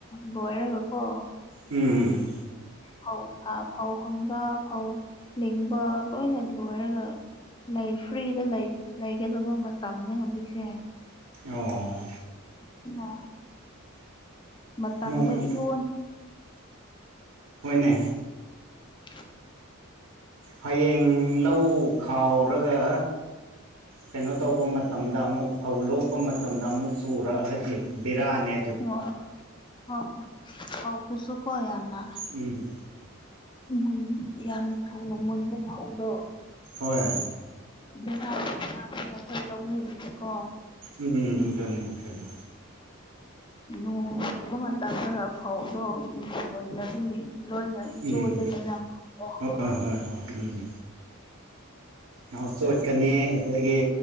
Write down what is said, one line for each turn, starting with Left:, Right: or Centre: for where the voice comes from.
Left: ꯂꯣꯏꯔꯒꯀꯣ
Right: ꯎꯝ
Left: ꯐꯧ ꯐꯧ ꯍꯨꯟꯕ ꯐꯧ ꯂꯤꯡꯕ ꯂꯣꯏꯅ ꯂꯣꯏꯔꯒ ꯂꯩ ꯐ꯭ꯔꯤꯗ ꯂꯩꯒꯗꯕ ꯃꯇꯝꯅꯤꯅꯦ ꯍꯧꯖꯤꯛꯁꯦ
Right: ꯑꯣ
Left: ꯂ ꯃꯇꯝꯗꯣ
Right: ꯅꯣꯡ
Left: ꯏꯌꯣꯟꯅꯦ
Right: ꯍꯣꯏꯅꯦ
Left: ꯅ
Right: ꯍꯌꯦꯡ ꯂꯧ ꯈꯥꯎꯔꯒ ꯀꯩꯅꯣ ꯇꯧꯕ ꯃꯇꯝꯗ ꯑꯃꯨꯛ ꯐꯧ ꯂꯣꯛꯄ ꯃꯇꯝꯗ ꯑꯃꯨꯛ ꯆꯨꯔꯛꯑꯒꯗꯤ ꯕꯤꯔꯥꯅꯦ
Left: ꯑꯣ ꯍ ꯍ ꯑꯗꯨꯁꯨꯀꯣ ꯌꯥꯝꯅ
Right: ꯎꯝ
Left: ꯎꯝ ꯨ ꯌꯥꯝꯅ ꯊꯨꯅ ꯃꯨꯟꯕ ꯐꯧꯗꯣ
Right: ꯍꯣꯏ
Left: ꯃꯦ ꯑꯩꯈꯣꯏ ꯂꯧꯃꯤꯁꯤꯗꯤꯀꯣ
Right: ꯎꯝꯝ ꯊꯅꯤꯦ ꯊꯅꯤ
Left: ꯅꯣꯡ ꯆꯨꯕ ꯃꯇꯝꯗꯒ ꯐꯧꯗꯣ ꯃꯨꯂꯗꯤ ꯂꯣꯏꯅ
Right: ꯎꯝ
Left: ꯆꯣꯂꯦꯗꯅ ꯑꯣ
Right: ꯍꯣꯏ ꯍꯣꯏ ꯍꯣꯏ ꯎꯝ ꯉꯧ ꯆꯣꯠꯀꯅꯤ ꯑꯗꯨꯗꯒꯤ